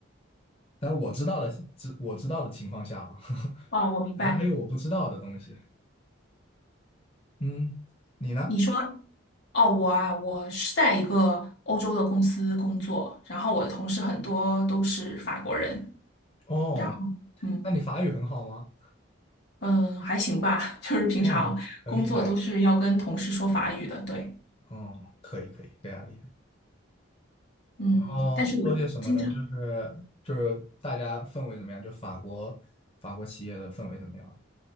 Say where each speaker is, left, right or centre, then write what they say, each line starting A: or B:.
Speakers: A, on the left; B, on the left.
A: 但我知道的，知我知道的情况下啊，<laughs>
B: 哦，我明白。
A: 可能还有我不知道的东西。嗯，你呢？
B: 你说，哦，我啊，我是在一个欧洲的公司工作，然后我的同事很多都是法国人，
A: 哦，
B: 然后。嗯。
A: 那你法语很好吗？
B: 嗯，还行吧，<laughs> 就是平常工作都是要跟同事说法语的，
A: 哦，很厉害的。
B: 对，
A: 哦，可以可以，非常厉害。
B: 嗯，
A: 然后做些什么呢？
B: 但是我经常
A: 就是就是大家氛围怎么样？就法国法国企业的氛围怎么样